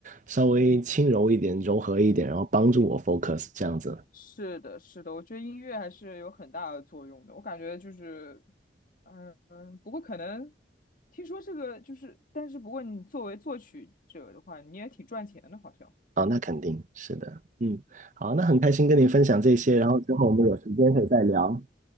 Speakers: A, on the right; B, on the left.
A: 稍微轻柔一点、柔和一点，然后帮助我 focus 这样子
B: 是的，是的，我觉得音乐还是有很大的作用的。我感觉就是，嗯嗯，不过可能听说这个就是，但是不过你作为作曲者的话，你也挺赚钱的，好像。
A: 啊，那肯定是的，嗯，好，那很开心跟你分享这些，然后之后我们有时间可以再聊，